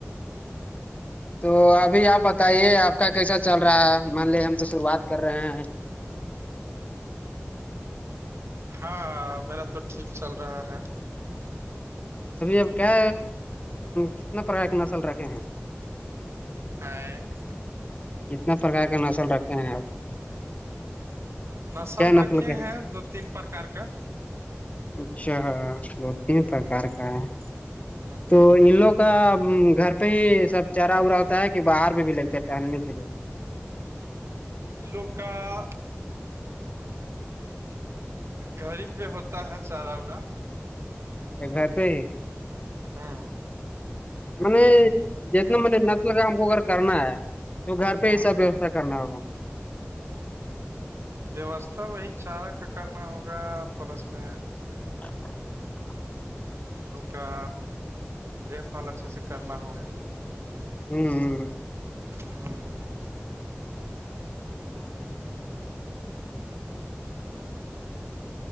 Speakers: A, on the left; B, on the right.
A: تو ابھی آپ بتائیے آپ کا کیسا چل رہا ہے مان لیے ہم تو شروعات کر رہے ہیں
B: ہاں میرا تو ٹھیک چل رہا ہے
A: ابھی اب کیا کتنا پرا نسل رکھے ہیں
B: ہےائے <unintelligible>
A: کتنا پرکار کا نسل رکھتے ہیں آپ
B: نسل
A: کیا
B: رکھے
A: کے
B: ہیں دو تین پرکار کا
A: اچھا دو تین پرکار
B: ہ
A: کا ہے
B: ہ
A: تو ان لوگ کا گھر پہ ہی سب چارا ورا ہوتا ہے کہ باہر پہ بھی لگتا ہے ٹہلنے کے لیے
B: لوگ کا <unintelligible> گھر ہی پہ ہوتا ہے چارا وورا
A: ا گھر پہ <unintelligible>
B: ہاں
A: میں نے جتنا م نے نس لگا ہم کو اگر کرنا ہے تو گھر پہ
B: ہوں
A: ہی سب ووستھا کرنا ہوگا
B: ووستھا وہی چارہ کا کرنا ہوگا پلس میں
A: <unintelligible>
B: <unintelligible> ان لوگ کا دیکھ بھال اچھے سے کرنا ہوگ
A: ھمم
B: ھمم